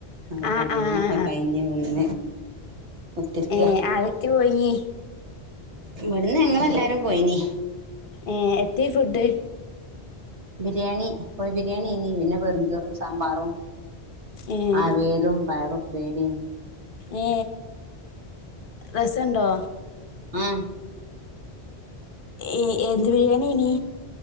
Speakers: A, on the right (about 85°); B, on the left (about 55°).
A: അപ്പ
B: ആഹ്
A: കല്യാണൊക്കെ
B: ആഹ്
A: കഴിഞ്ഞു വന്ന് കുത്തിരിക്ക
B: ഏ ആരൊക്കെ പോയിനു
A: ഇവിടുന്ന് ഞങ്ങൾ എല്ലാരും പോയിനു
B: ഏഹ് എത്തി ഫുഡ്
A: ബിരിയാണി പോയി ബിരിയാണി പിന്നെ വെറുംചോറും സാമ്പാറും
B: ഏഹ്
A: ആ വേലും പയറുപ്പേരയും
B: ഏ രസോണ്ടോ
A: ആ
B: ഏ എന്ത് ബിരിയാണിഞീ